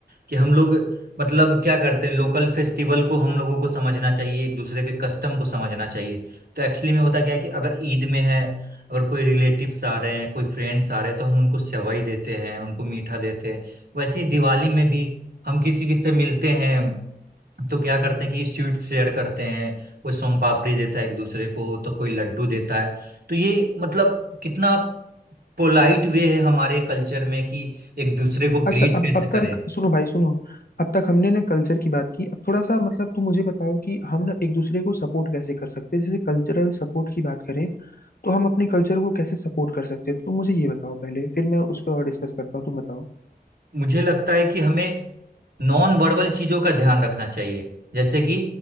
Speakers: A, on the right; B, on the left.
A: कि हम लोग मतलब क्या करते हैं लोकल फेस्टिवल को हम लोगों को समझना चाहिए एक दूसरे के कस्टम को समझना चाहिए तो एक्चुअली में होता क्या है कि अगर ईद में है अगर कोई रिलेटिव्स आ रहे हैं कोई फ्रेंड्स आ रहे हैं तो हम उनको सेवई देते हैं उनको मीठा देते हैं वैसे ही दिवाली में भी हम किसी किसी से मिलते हैं तो क्या करते हैं कि स्वीट्स शेयर करते हैं कोई सोन पापड़ी देता है एक दूसरे को तो कोई लड्डू देता है तो ये मतलब कितना पोलाइट वे है हमारे कल्चर में कि एक दूसरे को ग्रीट
B: अच्छा अब
A: कैसे
B: अब
A: करे
B: तक सुनो भाई सुनो अब तक हमने ना कल्चर की बात की अब थोड़ा सा मतलब तुम मुझे बताओ कि हम ना एक दूसरे को सपोर्ट कैसे कर सकते हैं जैसे कल्चरल सपोर्ट की बात करें तो हम अपने कल्चर को कैसे सपोर्ट कर सकते हैं तुम मुझे ये बताओ पहले फिर मैं उस पर और डिस्कस करता हूँ तुम बताओ
A: मुझे लगता है कि हमें नॉन वर्बल चीजों का ध्यान रखना चाहिए जैसे कि